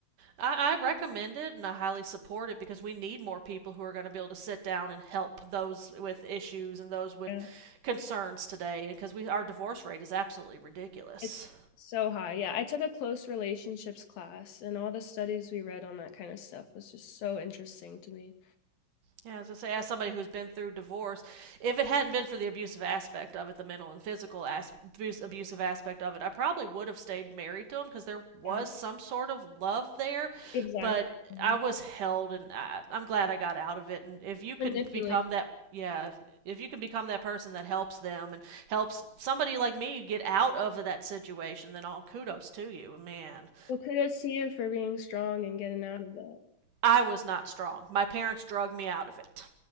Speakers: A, on the right (about 65°); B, on the left (about 85°).
A: I, I recommend it and I highly support it because we need more people who are going to be able to sit down and help those with issues and those with
B: Yeah.
A: concerns today because we our divorce rate is absolutely ridiculous.
B: It's so high. Yeah, I took a close relationships class, and all the studies we read on that kind of stuff was just so interesting to me.
A: Yeah, as I say, as somebody who's been through divorce, if it hadn't been for the abusive aspect of it, the mental and physical as- abuse, abusive aspect of it, I probably would have stayed married to him because there was
B: Yeah,
A: some sort of love there.
B: exactly.
A: But
B: Yeah.
A: I was held, and I, I'm glad I got out of it. And if you can
B: Manipulate.
A: become that, yeah, if- if you can become that person that helps them and helps somebody like me get out of that situation, then all kudos to you, man.
B: Well, kudos to you for being strong and getting out of it.
A: I was not strong. My parents drug me out of it.